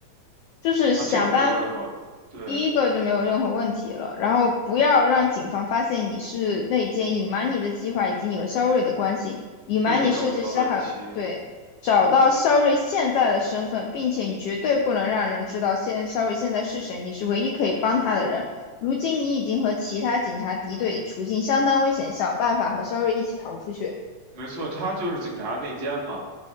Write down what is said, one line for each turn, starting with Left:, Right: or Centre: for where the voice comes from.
Left: 就是想办法
Right: 啊，这个没有任何，对，
Left: 第一个就没有任何问题了，然后不要让警方发现你是内奸，隐瞒你的计划以及你和肖瑞的关系，隐瞒你设计师还有对，
Right: 这个没有什么问题，
Left: 找到肖瑞现在的身份，并且你绝对不能让人知道现肖瑞现在是谁，你是唯一可以帮他的人。如今你已经和其他警察敌对，处境相当危险，想办法和肖瑞一起逃出去。
Right: 没错，他就是警察内奸嘛。